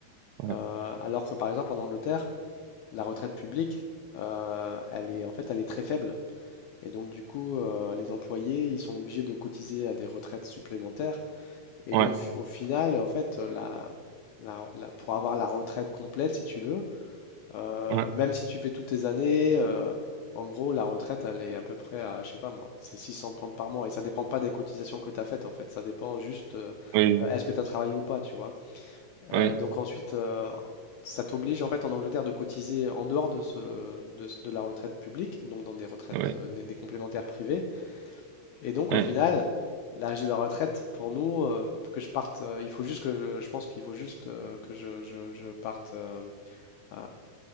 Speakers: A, on the right; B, on the left.
A: ouais,
B: Euh, alors que par exemple en Angleterre, la retraite publique, euh, elle est en fait, elle est très faible. Et donc du coup, euh, les employés, ils sont obligés de cotiser à des retraites supplémentaires. Et
A: ouais,
B: donc au final, en fait, la, la- la- pour avoir la retraite complète, si tu veux, euh,
A: ouais,
B: même si tu fais toutes tes années, euh, en gros, la retraite, elle est à peu près à, je sais pas moi, c'est 600 pounds par mois. Et ça dépend pas des cotisations que tu as faites, en fait. Ça dépend juste, euh,
A: oui,
B: est-ce que tu as travaillé ou pas, tu vois.
A: oui,
B: Euh, donc ensuite, euh, ça t'oblige, en fait, en Angleterre, de cotiser en dehors de, ce, de, ce- de la retraite publique, donc dans des retraites,
A: oui,
B: euh, des, des complémentaires privées. Et donc,
A: oui,
B: au final, l'âge de la retraite, pour nous, euh, que je parte, euh, il faut juste que je, je pense qu'il faut juste euh, que je, je- je parte. euh, euh,